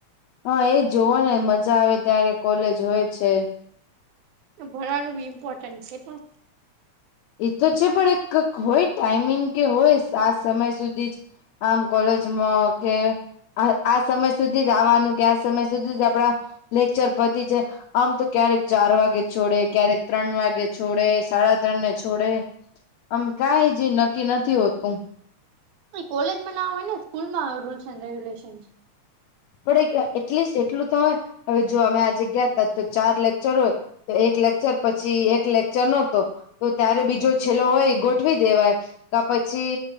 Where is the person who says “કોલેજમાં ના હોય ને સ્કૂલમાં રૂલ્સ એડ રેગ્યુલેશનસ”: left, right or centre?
Right